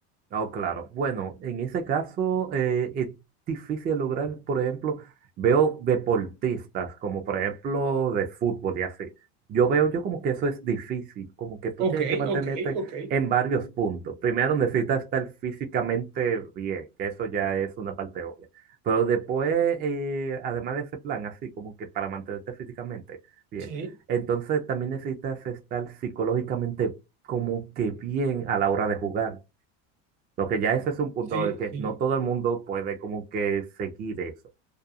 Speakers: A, on the right; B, on the right.
A: Oh, claro. Bueno, en ese caso eh, es difícil lograr, por ejemplo, veo deportistas como por ejemplo de fútbol y así. Yo veo yo como que eso es difícil, como que tú
B: Ok,
A: tienes que mantenerte
B: ok, ok.
A: en varios puntos. Primero necesitas estar físicamente bien, que eso ya es una parte obvia. Pero después, eh, además de ese plan, así como que para mantenerte físicamente bien,
B: Sí,
A: entonces también necesitas estar psicológicamente como que bien a la hora de jugar lo que ya ese es un punto
B: sí,
A: de que
B: sí,
A: no todo el mundo puede como que seguir eso.